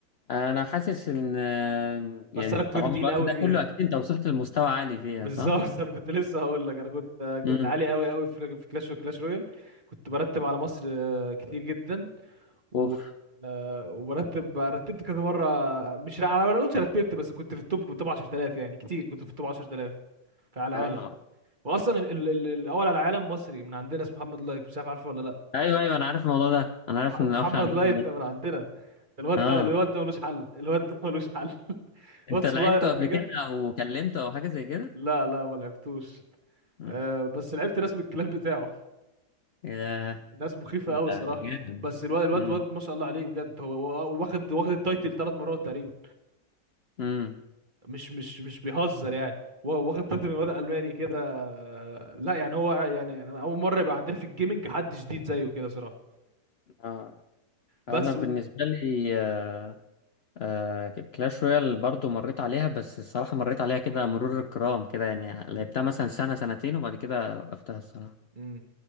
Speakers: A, on the left; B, on the right.
A: انا حاسس ان آه، يعني
B: بس انا
A: طالما
B: كنت تقيل
A: الوقت
B: قوي
A: ده
B: فيها
A: كله اكيد انت وصلت لمستوى عالي فيها
B: بالظبط
A: صح
B: <laughs> انا كنت لسه هقول لك انا كنت
A: امم
B: كنت عالي قوي قوي في في كلاش وكلاش رويال كنت برتب على مصر آه، كتير جدا و
A: اوف
B: آه، وبرتب رتبت كذا مره مش على ما اقولش رتبت بس كنت في التوب توب 10000 يعني كتير كنت في التوب 10000 في- على
A: اه
B: العالم واصلا ال... ال... ال- الاول على العالم مصري من عندنا اسمه محمد لايت مش عارف عارفه ولا لا
A: ايوه ايوه انا عارف الموضوع ده انا عارف
B: مح-
A: ان
B: محمد
A: اول عن-
B: لايت من عندنا الواد
A: اه
B: ده الواد ده ملوش حل الواد ده ملوش حل <laughs> واد
A: انت
B: صغير
A: لعبته
B: قد
A: قبل
B: كده
A: كده او كلمته او حاجه زي كده
B: لا لا ما لعبتوش
A: امم
B: آه بس لعبت ناس من الكلاب بتاعه
A: ايه ده
B: الناس مخيفة
A: ده
B: قوي الصراحة
A: جامد
B: بس الواد الواد
A: امم
B: واد ما شاء الله عليه بجد هو هو واخد واخد التايتل ثلاث مرات تقريبا
A: امم
B: مش مش مش بيهزر يعني هو واخد تايتل من واد ألماني كده آه، لا يعني هو يعني أنا أول مرة يبقى عندنا في الجيمنج حد جديد زيه كده صراحة
A: اه انا
B: بس
A: بالنسبه
B: و...
A: لي آه، آه كلاش رويال برضو مريت عليها بس الصراحة مريت عليها كده مرور الكرام كده يعني
B: مم.
A: لعبتها مثلا سنة سنتين وبعد كده وقفتها الصراحة
B: مم.